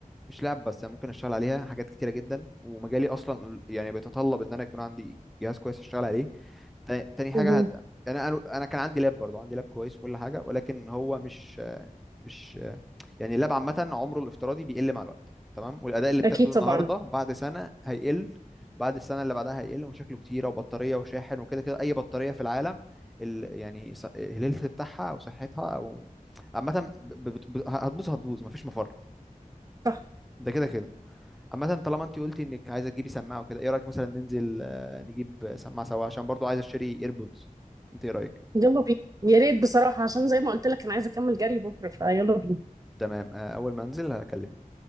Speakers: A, in the centre; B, on the right.
A: مش لعب بس أنا ممكن اشتغل عليها حاجات كتيره جدا ومجالي اصلا يعني بيتطلب ان انا يكون عندي جهاز كويس اشتغل عليه تا- تاني حاجه
B: مهم.
A: هت... يعني انا انا كان عندي لاب برضو عندي لاب كويس وكل حاجه ولكن هو مش مش يعني اللاب عامه عمره الافتراضي بيقل مع الوقت تمام والاداء اللي بتاخده
B: اكيد طبعا
A: النهارده بعد سنه هيقل بعد السنه اللي بعدها هيقل ومشاكله كتيره وبطاريه وشاحن وكده كده اي بطاريه في العالم ال... يعني ص- الهيلث بتاعها او صحتها او عامه ب... ب... ب... هتبوظ هتبوظ مفيش مفر
B: صح
A: ده كده كده عامة طالما انت قلتي انك عايزه تجيبي سماعه وكده ايه رايك مثلا ننزل آه، نجيب سماعه سوا عشان برضو عايز اشتري ايربودز انت ايه رايك
B: يلا بينا يا ريت بصراحه عشان زي ما قلت لك انا عايزه اكمل جري بكره فيلا بينا
A: تمام آه، اول ما انزل هكلمك